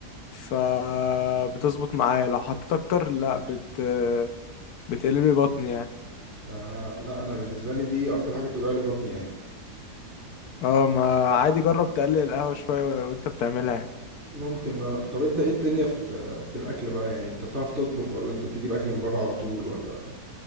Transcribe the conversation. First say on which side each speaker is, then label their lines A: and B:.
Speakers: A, on the left; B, on the right.
A: فبتظبط معايا لو حطيت اكتر لا بت بتقلب لي بطني يعني
B: آه لا انا بالنسبه لي دي اكتر حاجه بتوجع لي بطني يعني
A: اه ما عادي جرب تقلل القهوه شويه وانت بتعملها يعني.
B: ممكن آه. طب انت ايه الدنيا في في الاكل بقى يعني انت بتعرف تطبخ ولا انت بتجيب اكل من بره على طول ولا